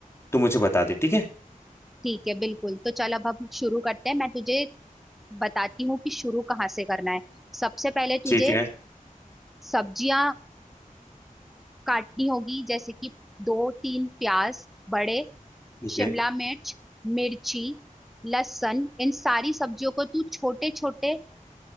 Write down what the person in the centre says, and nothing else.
ठीक है बिल्कुल तो चल अब हम शुरू करते हैं मैं तुझे बताती हूँ कि शुरू कहाँ से करना है सबसे पहले
तुझे
सब्जियां काटनी होगी जैसे कि दो तीन प्याज बड़े
शिमला
मिर्च मिर्ची लहसुन इन सारी सब्जियों को तू छोटे छोटे